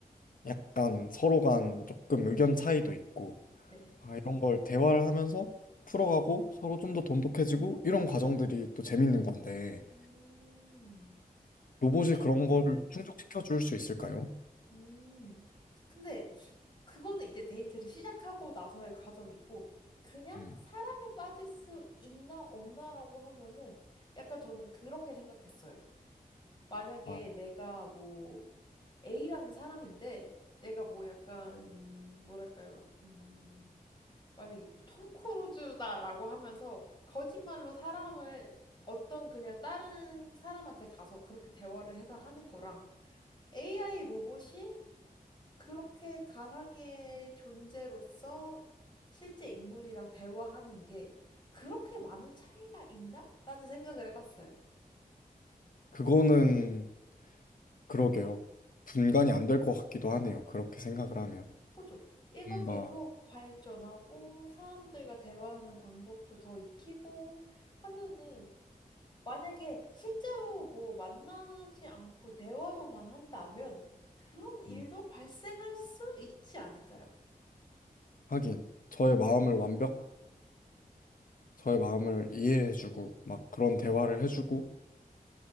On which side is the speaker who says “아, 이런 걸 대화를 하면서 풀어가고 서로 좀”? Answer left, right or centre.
Left